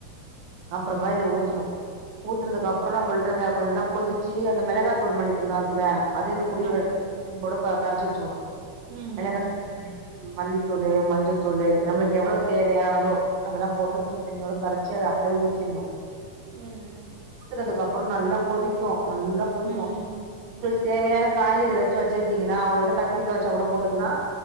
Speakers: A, on the right (about 70°); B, on the right (about 80°).
A: அப்றமா இதை ஊத்தணு ஊத்துனதுக்கு அப்றோ நம்மள்ட்ட அந்த கொஞ்சோ நல்லா கொதிச்சு அந்த மிளகாய் தூள் மல்லித் தூள்லா இருக்குல்ல அதே அந்த புளித
B: ஆமா.
A: கூட கரைச்சு வச்சுக்கணு
B: ம்
A: மிளகாத்தூளு
B: ம்,
A: மல்லித்தூளு மஞ்சத்தூளு நம்மளுக்கு எவ்ளோ தேவையானதோ அதெல்லா போட்டு புளித்தண்ணியோட கரைச்சி அத அப்டியே ஊத்திடணு
B: ம், ம்,
A: ஊத்துனதுக்கு அப் பறோ நல்லா கொதிக்கும் நல்லா கொதிக்கும்
B: ம்,
A: உங்களுக்கு தேவையான காய்கறி ஏதாச்சும் வச்சிருக்கீங்கன்னா ஒரு வேளை கத்திரிக்கா வச்சா கூட போட்டுக்கலா